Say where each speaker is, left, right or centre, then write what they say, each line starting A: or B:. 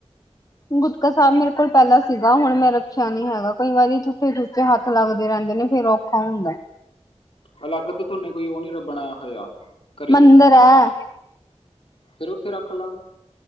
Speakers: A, on the left; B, on the left.
A: ਗੁਟਕਾ ਸਾਹਿਬ ਮੇਰੇ ਕੋਲ ਪੈਲਾਂ ਸੀਗਾ ਹੁਣ ਮੈਂ ਰੱਖਿਆ ਨੀ ਹੈਗਾ ਕਈ ਵਾਰੀ ਝੂਠੇ ਛੂਟੇ ਹੱਥ ਲੱਗਦੇ ਰੈਂਦੇ ਨੇ ਫਿਰ ਕੌਣ ਹੁੰਦਾ
B: ਅਲੱਗ ਤੋਂ ਤੁਹਨੇ ਕੋਈ ਉਹ ਨੀ ਰ ਬਣਾਇਆ ਹੋਇਆ ਘਰੇ
A: ਮੰਦਿਰ ਹੈ।
B: ਫੇਰ ਉੱਥੇ ਰੱਖ ਲਾ